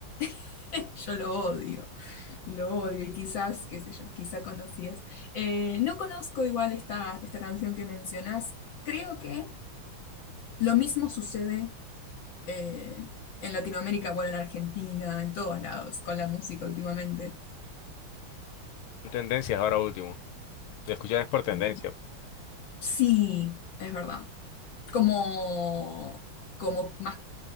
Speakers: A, on the left (about 70°); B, on the left (about 85°).
A: <laughs> yo lo odio. Lo odio y quizás, qué sé yo, quizá conocías. Eh, no conozco igual esta, esta canción que mencionas. Creo que lo mismo sucede eh, en Latinoamérica, bueno, en Argentina, en todos lados, con la música últimamente.
B: Son Tendencias ahora último. Te escuchas por tendencia.
A: Eh, Sí, es verdad. Como, como más